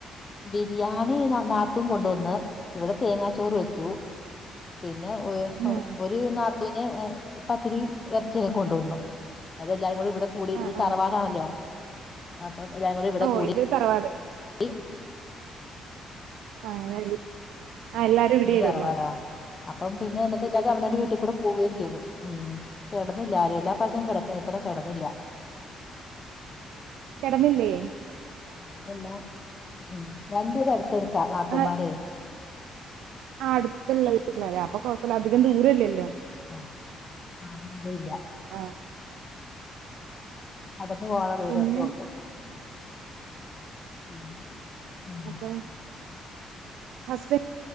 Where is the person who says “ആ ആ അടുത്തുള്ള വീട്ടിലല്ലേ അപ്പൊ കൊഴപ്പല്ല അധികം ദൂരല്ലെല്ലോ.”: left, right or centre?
Right